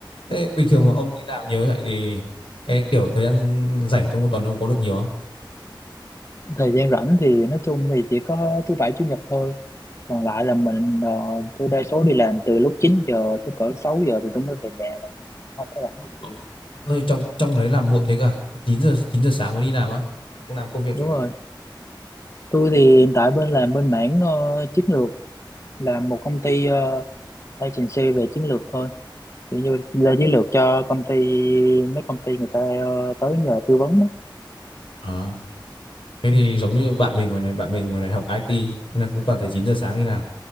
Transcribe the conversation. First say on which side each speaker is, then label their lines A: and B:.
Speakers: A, on the left (about 90°); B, on the left (about 35°).
A: thế bình thường
B: Ừ.
A: mà ông đi làm nhiều như vậy thì cái kiểu thời gian rảnh trong một tuần ông có được nhiều không
B: thời gian rảnh thì nói chung thì chỉ có thứ bảy chủ nhật thôi còn lại là mình ờ, tôi đa số đi làm từ lúc 9 giờ tới cỡ 6 giờ thì tôi mới về nhà là không có rảnh
A: Ờ,
B: gì nhiều
A: Ôi, trong trong đấy làm muộn thế cơ à? 9 giờ 9 giờ sáng mới đi làm á ông làm công việc
B: đúng
A: gì
B: rồi tôi thì hiện tại bên làm bên mảng ờ, chiến lược làm một công ty ờ, agency về chiến lược thôi kiểu như là chiến lược cho công ty mấy công ty người ta ờ, tới nhờ tư vấn đó
A: vậy Thế thì
B: ừ.
A: giống như bạn mình ngoài này, bạn mình ngoài này học IT nên là cũng toàn thấy 9 giờ sáng đi làm.